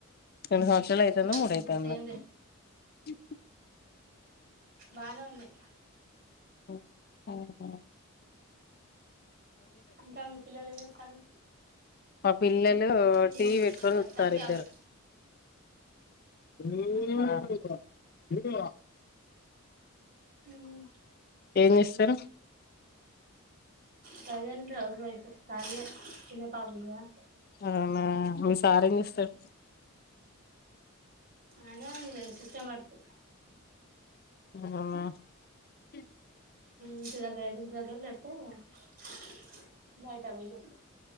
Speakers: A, on the left; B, on the right.
A: రెండు సంవత్సరాలు అయితుందో,
B: ఉమ్
A: మూడయితుందో
B: సేమ్ డ్రెస్
A: ఇ
B: బానే ఉన్నాయి
A: మ్మ్
B: ఇంకా మీ పిల్లలేం చేస్తున్నారు
A: మా పిల్లలు
B: మీరు
A: టీవీ పెట్టుకొని
B: ప్రస్తుతానికి
A: చూత్తారు ఇద్దరు
B: హౌస్
A: <inaudible>
B: అవునా మ్మ్
A: ఏం చేస్తారు
B: ప్రజెంట్ హౌస్ వైఫ్ <unintelligible> చిన్న పాపయ
A: అవునా ఆ మీ సారేం చేస్తారు
B: అదే సిస్టం వర్కు
A: <inaudible>
B: ఇంటి దగ్గర అయితే ఇంటి దగ్గర <unintelligible> బయట వస్తుంది